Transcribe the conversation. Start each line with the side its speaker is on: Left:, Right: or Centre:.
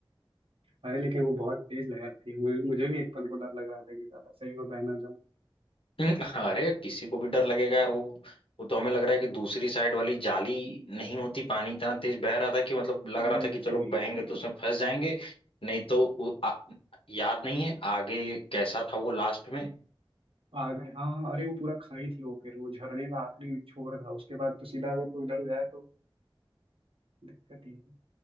Right: अरे लेकिन वो बहुत तेज लहर थी मुझे मुझे भी एक पल को डर लग रहा था कि ज्यादा सही में बह ना जाऊं
Left: हम्म, अरे किसी को भी डर लगेगा यार वो वो तो हमें लग रहा है कि दूसरी साइड वाली जाली नहीं होती पानी इतना तेज बह रहा था कि मतलब लग
Right: अरे
Left: रहा था कि चलो
Right: सही
Left: बहेंगे
Right: में
Left: तो
Right: से
Left: उसमें फंस जाएंगे नहीं तो वो आ, याद नहीं है आगे कैसा था वो लास्ट में
Right: आ गए हाँ हाँ अरे वो पूरा खाई थी वो फिर वो झरने का आखिरी छोर था उसके बाद तो सीधा अगर कोई उधर जाए तो दिक्कत ही है